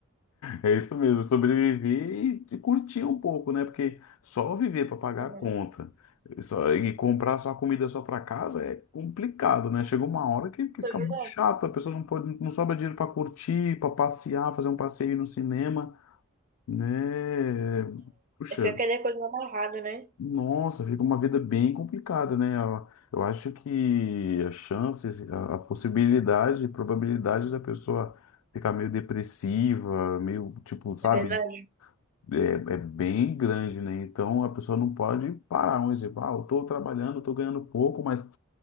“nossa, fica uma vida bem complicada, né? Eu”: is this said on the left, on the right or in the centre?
Left